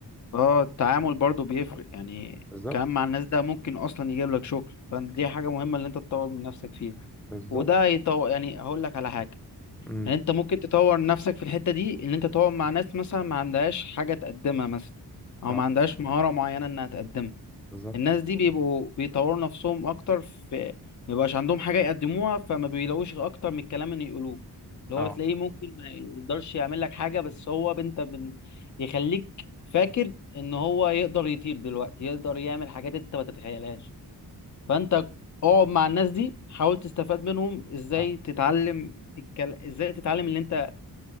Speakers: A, on the left (about 45°); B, in the centre.
A: اه التعامل برضو بيفرق يعني
B: بالظبط
A: كلام مع الناس ده ممكن اصلا يجيب لك شغل فدي حاجة مهمة اللي انت تطور من نفسك فيها
B: بالظبط
A: وده يطور يعني هقول لك على حاجة
B: امم
A: يعني انت ممكن تطور نفسك في الحتة دي ان انت تقعد مع ناس مثلا ما عندهاش حاجة تقدمها مثلا او
B: اه
A: ما عندهاش مهارة معينة انها تقدمها
B: بالظبط
A: الناس دي بيبقوا بيطوروا نفسهم اكتر في ما بيبقاش عندهم حاجه يقدموها فما بيلاقوش اكتر من الكلام اللي يقولوه اللي
B: اه
A: هو تلاقيه ممكن ما يقدرش يعمل لك حاجه بس هو انت بن... يخليك فاكر ان هو يقدر يطير دلوقتي يقدر يعمل حاجات انت ما تتخيلهاش فانت اقعد مع الناس دي حاول تستفاد منهم ازاي
B: اه
A: تتعلم الكل... ازاي تتعلم ان انت